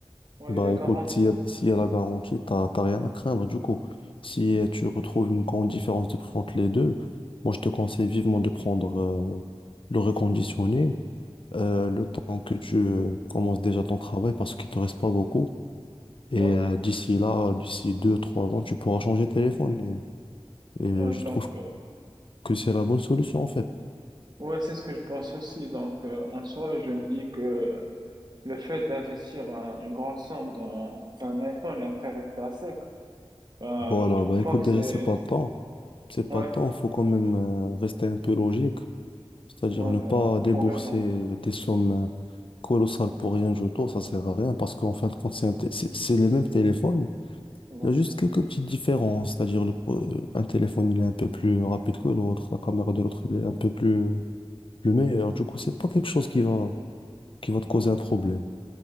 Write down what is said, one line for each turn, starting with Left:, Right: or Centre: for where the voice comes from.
Right: Ouais,
Left: Bah
Right: il est
Left: écoute,
Right: garanti.
Left: s'il y a, s'il y a la garantie, t'as t'as rien à craindre. Du coup, si euh, tu retrouves une grande différence de prix entre les deux, moi je te conseille vivement de prendre euh, le reconditionné euh, le temps que tu euh, commences déjà ton travail parce qu'il te reste pas beaucoup. Et
Right: Ouais,
Left: euh, d'ici là, d'ici deux, trois ans, tu pourras changer de téléphone. Et, et
Right: ouais.
Left: je
Right: Donc,
Left: trouve
Right: euh,
Left: que c'est la bonne solution en fait.
Right: ouais, c'est ce que je pense aussi. Donc, euh, en soi, je me dis que Le fait d'investir un- une grande somme dans sur un iPhone et après rester à sec, ben,
Left: Voilà,
Right: je trouve
Left: bah
Right: pas
Left: écoute,
Right: que
Left: déjà
Right: c'est...
Left: c'est pas le temps. C'est pas
Right: Ouais,
Left: le temps, faut quand même euh, rester un peu logique. C'est-à-dire
Right: ouais,
Left: ne
Right: ben,
Left: pas débourser
Right: trop raison.
Left: des sommes euh, colossales pour rien du tout, ça sert à rien parce qu'en fin de compte, c'est un té- c'est- c'est les mêmes téléphones.
Right: Ouais,
Left: Il y a juste quelques petites différences, c'est-à-dire le pro- euh, un téléphone il est un peu plus rapide que l'autre, la caméra de l'autre il est un peu plus, euh, plus meilleure. Du coup, c'est pas quelque chose qui va, qui va te causer un problème.